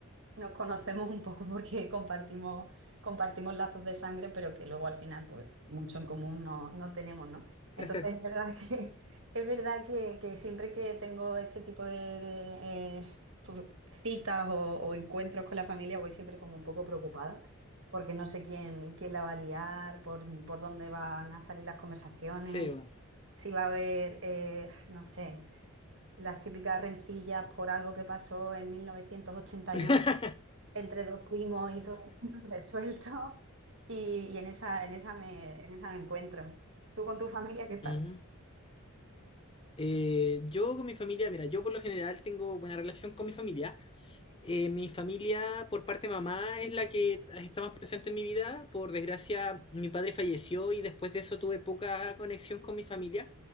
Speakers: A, on the right; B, on the left.
A: Nos conocemos un poco porque compartimos, compartimos lazos de sangre, pero que luego al final, pues, mucho en común no, no tenemos, ¿no? Entonces
B: <laughs>
A: es verdad que, <laughs> es verdad que, que siempre que tengo este tipo de, de, eh, tur- citas o, o encuentros con la familia, voy siempre como un poco preocupada, porque no sé quién, quién la va a liar, por, por dónde van a salir las conversaciones,
B: Sí, bueno.
A: si va a haber, eh, no sé las típicas rencillas por algo que pasó en 1981
B: <laughs>
A: entre dos primos y todo <laughs> resuelto. Y, y en esa, en esa me, en esa me encuentro. ¿Tú con tu familia qué tal?
B: Ujú. Eh, yo con mi familia, mira, yo por lo general tengo buena relación con mi familia. Eh, mi familia por parte de mamá es la que está más presente en mi vida. Por desgracia, mi padre falleció y después de eso tuve poca conexión con mi familia.